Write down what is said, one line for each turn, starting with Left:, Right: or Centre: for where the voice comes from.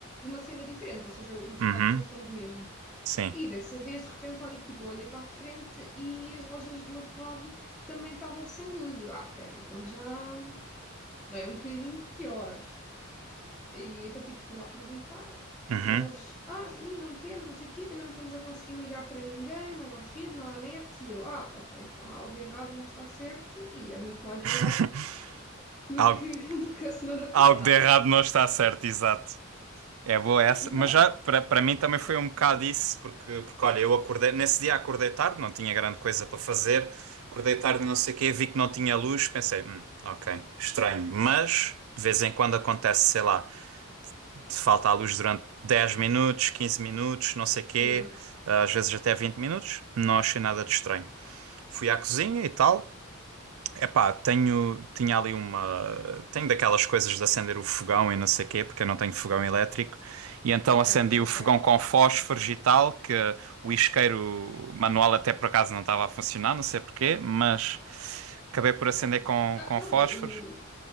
Centre: uma cena diferente, ou seja, os
Right: Uhum.
Centre: cabos não são os mesmos.
Right: Sim.
Centre: E dessa vez, de repente, olha, tipo, eu olhei para a frente e as lojas do outro lado também estavam sem luz. E eu, ah, pera, então já, já é um bocadinho pior. E então, tipo, fui lá perguntar
Right: Uhum.
Centre: e eles, ah, sim, não temos, não sei o quê, também não estamos a conseguir ligar para ninguém, não há rede, não há net. E eu, ah, ok, então algo de errado não está certo e é muito mais
Right: <laughs>
Centre: grave do
Right: Algo,
Centre: que, <laughs> do que a semana
Right: algo
Centre: passada.
Right: de errado não está certo, exato. É boa essa,
Centre: <laughs> Exato.
Right: mas já para para mim também foi um bocado isso, porque, porque olha, eu acordei, nesse dia acordei tarde, não tinha grande coisa para fazer, acordei tarde, não sei o quê, vi que não tinha luz, pensei, hum, ok, estranho, mas de vez em quando acontece, sei lá, te falta a luz durante 10 minutos, 15 minutos, não sei o quê,
Centre: Yeah.
Right: às vezes até 20 minutos, não achei nada de estranho. Fui à cozinha e tal, Epá, tenho, tinha ali uma. Tenho daquelas coisas de acender o fogão e não sei quê, porque eu não tenho fogão elétrico. E então
Centre: Ah,
Right: acendi
Centre: ok,
Right: o fogão
Centre: ok.
Right: com fósforos e tal, que o isqueiro manual até por acaso não estava a funcionar, não sei porquê, mas acabei por acender com,
Centre: Ah,
Right: com
Centre: então,
Right: fósforos.
Centre: o,